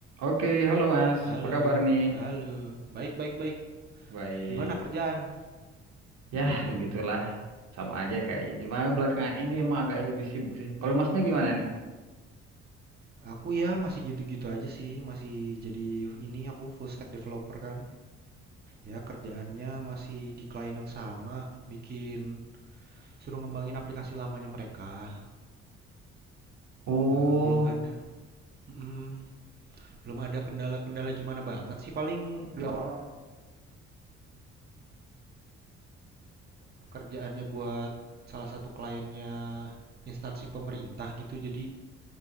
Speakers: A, on the right (about 65°); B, on the right (about 35°).
A: Oke, halo Mas.
B: Halo,
A: Apa kabar nih?
B: halo. Baik, baik, baik.
A: Baik.
B: Gimana kerjaan?
A: Ya, begitulah. Sama aja kayaknya. Cuma belakangan ini emang agak lebih sibuk sih. Kalau Masnya gimana nih?
B: Aku ya masih gitu-gitu aja sih, masih jadi ini aku full stack developer kan. Ya kerjaannya masih di klien yang sama, bikin suruh ngembangin aplikasi lamanya mereka.
A: Oh,
B: Eh, belum ada, mm, belum ada kendala-kendala gimana banget sih. Paling Belum. apa pekerjaannya buat salah satu kliennya instansi pemerintah gitu jadi